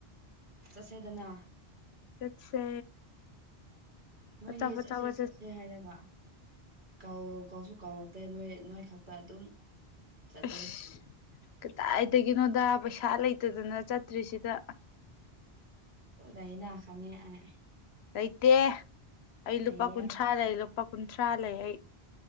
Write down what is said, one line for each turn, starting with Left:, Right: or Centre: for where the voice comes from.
Right: ꯆꯠꯁꯦꯗꯅ
Left: ꯆꯠꯁꯦ
Right: ꯅꯣꯏꯗꯤ
Left: ꯑꯆꯥꯄꯣꯠ
Right: ꯆꯠꯁꯦ
Left: ꯆꯥꯕ
Right: ꯆꯠꯁꯦ ꯍꯥꯏꯔꯒ ꯀꯧ ꯀꯧꯁꯨ ꯀꯧꯔꯛꯇꯦ ꯅꯣꯏ ꯅꯣꯏ ꯈꯛꯇ ꯑꯗꯨꯝ ꯆꯠꯂꯦ
Left: ꯑꯁ ꯀꯗꯥꯏꯗꯒꯤꯅꯣꯗ ꯄꯩꯁꯥ ꯂꯩꯇꯗꯅ ꯆꯠꯇ꯭ꯔꯤꯁꯤꯗ
Right: ꯂꯩꯅ ꯈꯪꯉꯦ ꯑꯩ
Left: ꯂꯩꯇꯦ ꯑꯩ ꯂꯨꯄꯥ
Right: ꯂꯩꯌꯦ
Left: ꯀꯨꯟꯊ꯭ꯔꯥ ꯂꯩ ꯂꯨꯄꯥ ꯀꯨꯟꯊ꯭ꯔꯥ ꯂꯩ ꯑꯩ